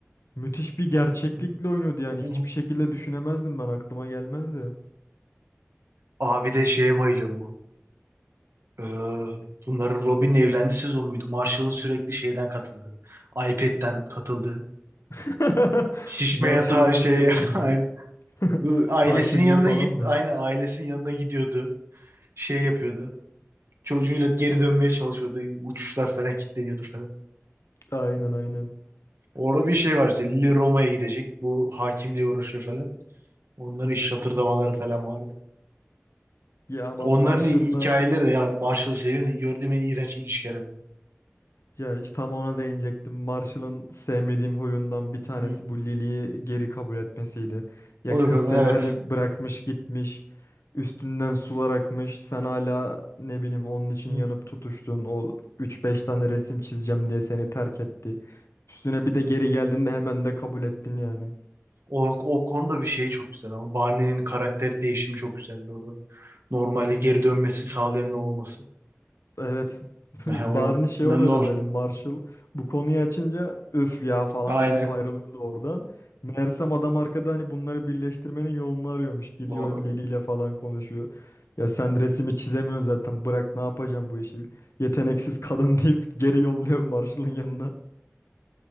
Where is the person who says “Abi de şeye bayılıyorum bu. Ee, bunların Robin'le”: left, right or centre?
Right